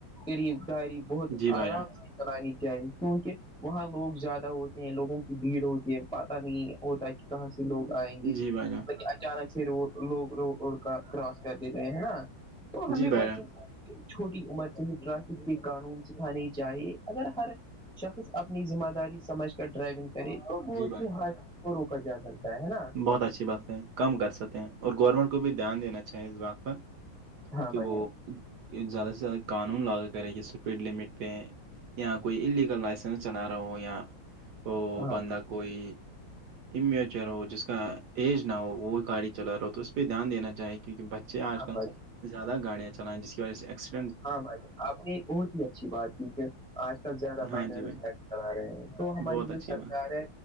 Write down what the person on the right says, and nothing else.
جی بھائی
جان
جی بھائی جان
جی بھائی
جان
جی بھائی
جان
بہت اچھی بات ہے کم کر سکیں اور گورنمنٹ کو بھی دھیان دینا چاہے اس بات پر
کہ
وہ
زیادہ سے زیادہ قانون لاگو کرے جیپیڈ لمٹ پہ یا کوئی انلیگل لائسنس چلا رہا ہو یا وہ
بندہ کوئی امیچر ہو جس کا ایج نہ ہو وہ گاڑی چلا رہا ہو تو اس پہ دھیان دینا چاہے کیونک بچے آج
کل
زیادہ گاڑیاںلائیں جس وجہ سےس
ہاں جی بھائی
بہت
اچھی
بات